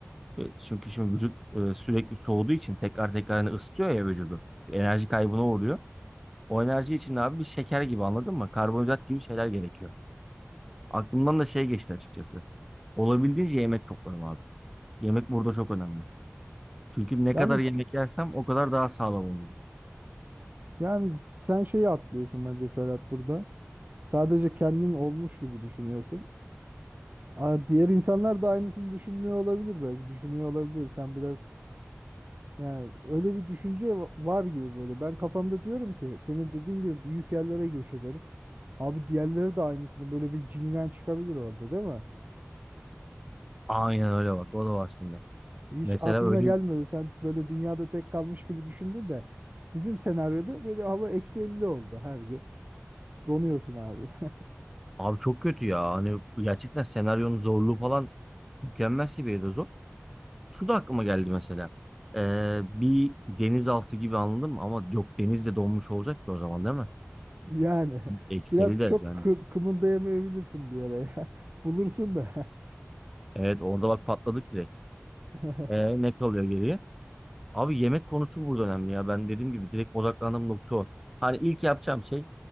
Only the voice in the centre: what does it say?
Ve Çünkü şimdi vücut e, sürekli soğuduğu için tekrar tekrar hani ısıtıyor ya vücudu. Enerji kaybına uğruyor. O enerji için de abi bir şeker gibi anladın mı? Karbonhidrat gibi şeyler gerekiyor. Aklımdan da şey geçti açıkçası. Olabildiğince yemek toplarım abi. Yemek burada çok önemli. Çünkü ne
kadar yemek yersem o kadar daha sağlam olurum.
Aynen öyle bak. O da var şimdi.
Mesela
öyle
abi çok kötü ya. Hani gerçekten senaryonun zorluğu falan mükemmel seviyede zor. Şu da aklıma geldi mesela. Ee, bir denizaltı gibi anladın mı? Ama yok deniz de donmuş olacak ki o zaman değil mi?
Ekseli
de
yani.
Evet orada bak patladık direkt.
Ee, ne kalıyor geriye? Abi yemek konusu burada önemli ya. Ben dediğim gibi direkt odaklandığım nokta o. Hani ilk yapacağım şey